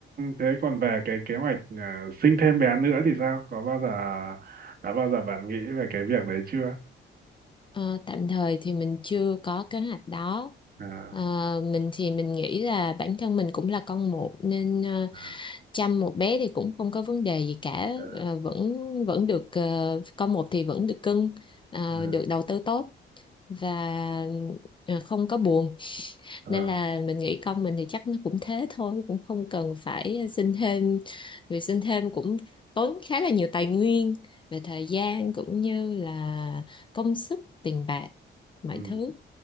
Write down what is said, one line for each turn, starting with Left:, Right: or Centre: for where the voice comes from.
Right: thế còn về cái kế hoạch à, sinh thêm bé nữa thì sao? Có bao giờ đã bao giờ bạn nghĩ về cái việc đấy chưa?
Left: Ờ, tạm thời thì mình chưa có kế hoạch đó.
Right: À,
Left: Ờ, mình thì mình nghĩ là bản thân mình cũng là con một nên ờ,
Right: à,
Left: chăm một bé thì cũng không có vấn đề gì cả,
Right: à,
Left: Ờ, vẫn vẫn được ờ, con một thì vẫn được cưng, ờ,
Right: à,
Left: được đầu tư tốt và ờ, không có buồn
Right: à.
Left: nên là mình nghĩ con mình thì chắc nó cũng thế thôi cũng không cần phải ờ, xin thêm vì xin thêm cũng tốn khá là nhiều tài nguyên về thời gian cũng như là công sức tiền bạc mọi
Right: Ừ.
Left: thứ